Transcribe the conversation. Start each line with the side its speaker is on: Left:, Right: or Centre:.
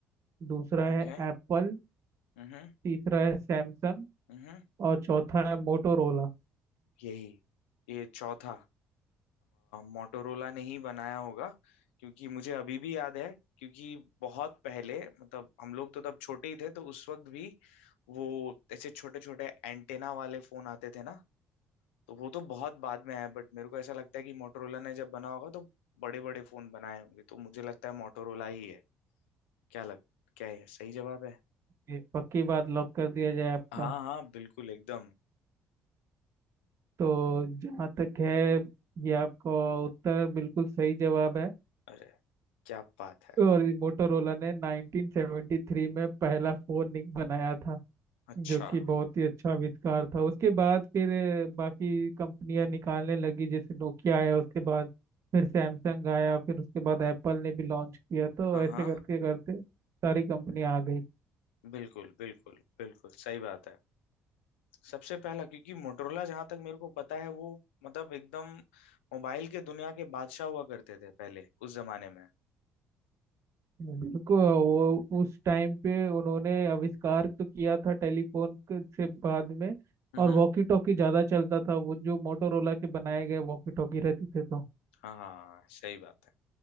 Right: दूसरा है
Left: ओके
Right: एप्पल
Left: हम्म
Right: तीसरा है सैमसंग
Left: हम्म
Right: और चौथा है मोटोरोला
Left: यही ये चौथा मोटोरोला ने ही बनाया होगा क्योंकि मुझे अभी भी याद है क्योंकि बहुत पहले मतलब हम लोग तो तब छोटे ही थे तो उस वक्त भी वो ऐसे छोटे छोटे एंटेना वाले फोन आते थे ना तो वो तो बहुत बाद में आया बट मेरे को ऐसा लगता है कि मोटोरोला ने जब बना होगा तो बड़े बड़े फोन बनाए होंगे तो मुझे लगता है मोटोरोला ही है क्या लग क्या है सही जवाब है
Right: ये पक्की बात लॉक कर दिया जाए आपका
Left: हाँ हाँ बिल्कुल एकदम
Right: तो जहाँ तक है ये आपका उत्तर बिल्कुल सही जवाब है
Left: अरे क्या बात है
Right: और मोटोरोला ने 1973 में पहला फोन निक- बनाया था
Left: अच्छा
Right: जो कि बहुत ही अच्छा आविष्कार था उसके बाद फिर अ, बाकी कंपनियां निकालने लगी जैसे नोकिया आया उसके बाद फिर सैमसंग आया फिर उसके बाद एप्पल ने भी लॉन्च किया तो
Left: हाँ
Right: ऐसे
Left: हाँ
Right: करके करते सारी कंपनियां आ गई
Left: बिल्कुल बिल्कुल बिल्कुल सही बात है सबसे पहला क्योंकि मोटरोला जहां तक मेरे को पता है वो मतलब एकदम मोबाइल के दुनिया के बादशाह हुआ करते थे पहले उस जमाने में
Right: बिल्कुल वो उस टाइम पे उन्होंने आविष्कार तो किया था टेलीफोन के- से बाद में
Left: हम्म
Right: और वॉकी टॉकी ज्यादा चलता था वो जो मोटोरोला के बनाए गए वॉकी टॉकी रहते थे तो
Left: हाँ हाँ सही बात है